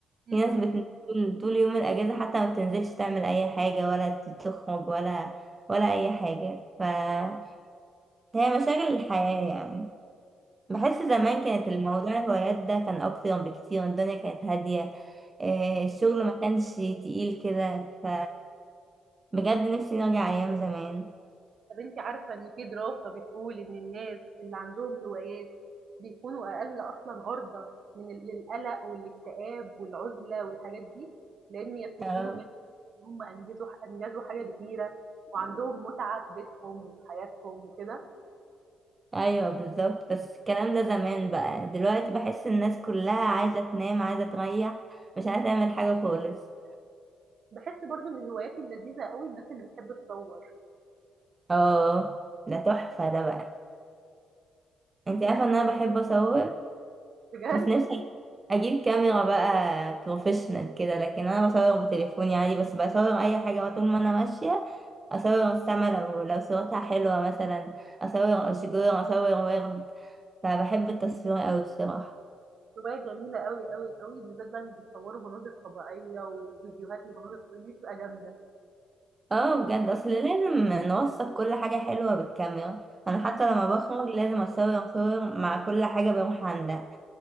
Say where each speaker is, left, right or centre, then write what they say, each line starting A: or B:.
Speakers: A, on the right; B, on the right.
A: إمم.
B: في ناس بت... طول طول يوم الاجازه حتى ما بتنزلش تعمل اي حاجه ولا تخرج ولا ولا اي حاجه فهي مشاغل الحياه يعني بحس زمان كانت الموضوع الهوايات ده كان أكتر بكتير الدنيا كانت هادية آه، الشغل ما كانش تقيل كده ف بجد نفسي نرجع أيام زمان
A: طب أنتِ عارفة إن في دراسة بتقول إن الناس اللي عندهم هوايات بيكونوا أقل أصلًا عُرضة من ال للقلق والاكتئاب والعُزلة والحاجات دي، لإن هي بتدّيهم
B: آه،
A: يعني إن هم أنجزوا ح أنجزوا حاجة كبيرة وعندهم متعة في بيتهم وفي حياتهم وكده.
B: أيوه بالظبط بس الكلام ده زمان بقى دلوقتي بحس الناس كلها عايزة تنام عايزة تريح مش عايزة تعمل حاجة خالص
A: باحس برضه من الهوايات اللذيذة أوي الناس اللي بتحب تصوّر،
B: اه ده تحفة ده بقى انت عارفة ان انا بحب اصور
A: <laughs> بجد
B: بس نفسي اجيب كاميرا بقى بروفيشنال كده لكن انا بصور بتليفوني عادي بس بصور اي حاجه بقى طول ما انا ماشيه اصور السما لو لو صورتها حلوه مثلا اصور اشجار اصور ورد فبحب التصوير قوي بصراحه
A: هواية جميلة أوي، أوي، أوي بالذات بقى اللي بيصوّروا مناظر طبيعية وفيديوهات لمناظر طبيعية دي بتبقى جامدة.
B: اه بجد اصل لازم نوثق كل حاجه حلوه بالكاميرا انا حتى لما بخرج لازم اصور صور مع كل حاجه بروح عندها